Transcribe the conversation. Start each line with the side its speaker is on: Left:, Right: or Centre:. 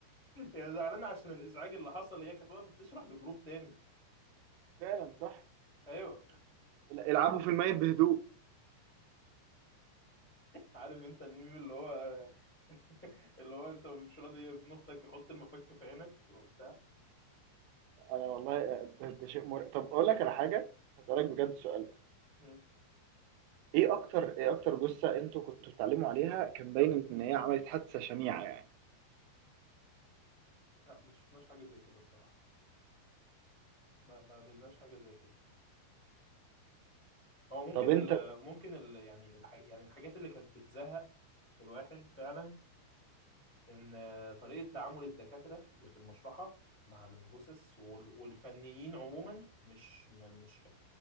Centre: هي زعلانه عشان الازعاج اللي حصل هي كانت واقفه بتشرح لجروب تاني
Right: فعلا صح
Centre: ايوه
Right: العبوا في الميت بهدوء
Centre: عارف انت الميم اللي هو <laughs> اللي هو انت مش راضي ابن اختك يحط المفك في عينك وبتاع
Right: انا والله آه، ده, ده شيء مرعب طب اقول لك على حاجه هسالك بجد سؤال بقى
Centre: مم.
Right: ايه اكتر ايه اكتر جثه انتوا كنتوا بتتعلموا عليها كان باين ان هي عملت حادثه شنيعه يعني
Centre: لا ما شفناش حاجه زي كده الصراحه ما ما قابلناش حاجه زي كده هو ممكن
Right: طب انت
Centre: ال ممكن ال يعني الح يعني الحاجات اللي كانت بتزهق الواحد فعلا ان طريقه تعامل الدكاتره اللي في المشرحه مع الجثث وال- والفنيين عموما مش م- مش حلو